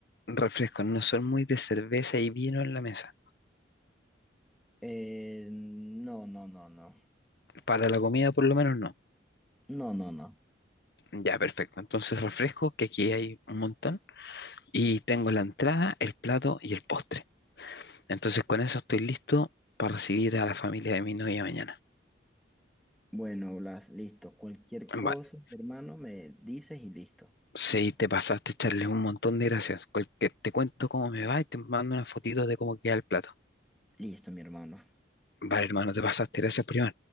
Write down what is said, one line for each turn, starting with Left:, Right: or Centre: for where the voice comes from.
Left: Refrescos, no son muy de cerveza y vino en la mesa.
Centre: Eh, no, no, no, no.
Left: Para la comida, por lo menos, no.
Centre: No, no, no.
Left: Ya, perfecto. Entonces, refresco, que aquí hay un montón. Y tengo la entrada, el plato y el postre. Entonces, con eso estoy listo para recibir a la familia de mi novia mañana.
Centre: Bueno, Blas, listo. Cualquier cosa,
Left: Vale.
Centre: mi hermano, me dices y listo.
Left: Si te pasaste, echarles un montón de gracias. Cualque- te cuento cómo me va y te mando unas fotitos de cómo queda el plato.
Centre: Listo, mi hermano.
Left: Vale, hermano, te pasaste. Gracias, primo.